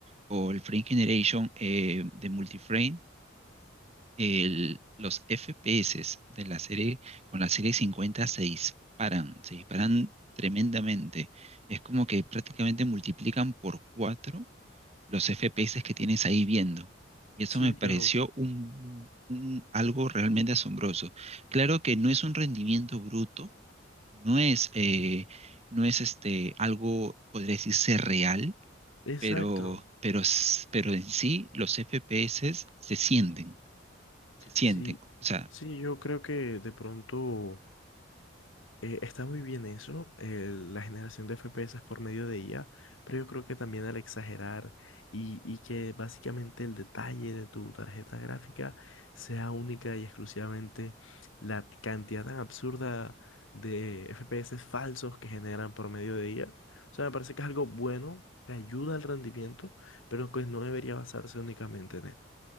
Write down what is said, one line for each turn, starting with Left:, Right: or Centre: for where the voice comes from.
Right: o el Frame Generation eh, de Multiframe, el- los FPS de la serie con la serie 50 se disparan, se disparan tremendamente. Es como que prácticamente multiplican por 4 los FPS que tienes ahí viendo. Y eso
Left: Sí,
Right: me pareció
Left: pero...
Right: un, un- algo realmente asombroso. Claro que no es un rendimiento bruto, no es, eh, no es este, algo, podría decirse, real,
Left: Exacto.
Right: pero, pero, s- pero en sí los FPS se sienten, se sienten.
Left: Sí,
Right: O sea,
Left: sí, yo creo que de pronto eh, está muy bien eso, eh, la generación de FPS por medio de IA, pero yo creo que también al exagerar y, y que básicamente el detalle de tu tarjeta gráfica sea única y exclusivamente la cantidad tan absurda de FPS falsos que generan por medio de IA. O sea, me parece que es algo bueno, que ayuda al rendimiento, pero que no debería basarse únicamente en él.